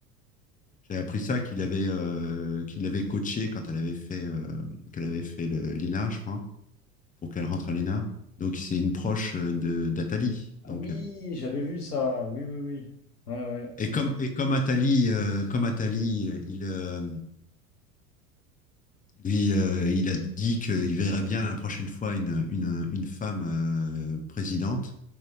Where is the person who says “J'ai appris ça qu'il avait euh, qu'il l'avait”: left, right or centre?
Left